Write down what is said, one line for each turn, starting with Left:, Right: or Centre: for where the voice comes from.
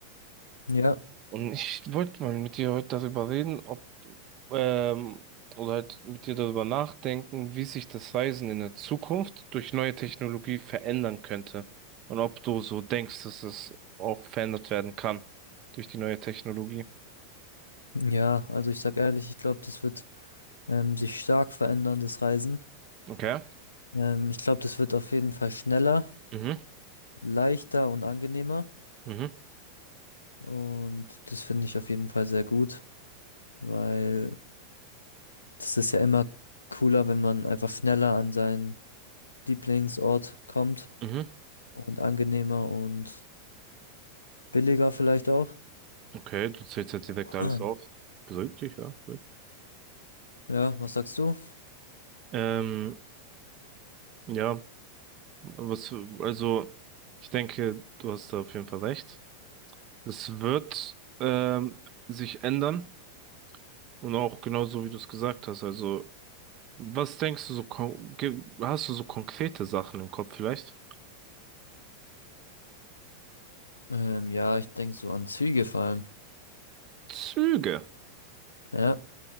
Left: Ja,
Right: Und ich wollte mal mit dir heute darüber reden, ob, ähm, oder halt mit dir darüber nachdenken, wie sich das Reisen in der Zukunft durch neue Technologie verändern könnte. Und ob du so denkst, dass es auch verändert werden kann durch die neue Technologie.
Left: ja, also ich sag ehrlich, ich glaube, das wird ähm, sich stark verändern, das Reisen.
Right: Okay.
Left: Ähm, ich glaube, das wird auf jeden Fall schneller,
Right: Mhm,
Left: leichter und angenehmer.
Right: mhm,
Left: Und das finde ich auf jeden Fall sehr gut, weil das ist ja immer cooler, wenn man einfach schneller an seinen Lieblingsort kommt
Right: mhm.
Left: und angenehmer und billiger vielleicht auch.
Right: Okay, du zählst jetzt
Left: <clears throat>
Right: direkt alles auf. Beruhigt dich, ja. Beruhigt.
Left: Ja, was sagst du?
Right: Ähm, ja, was, also, ich denke, du hast da auf jeden Fall recht. Das wird, ähm, sich ändern. Und auch genauso, wie du es gesagt hast. Also, was denkst du so, kon- ge- hast du so konkrete Sachen im Kopf vielleicht?
Left: Ähm, ja, ich denke so an Züge vor allem.
Right: Züge.
Left: Ja.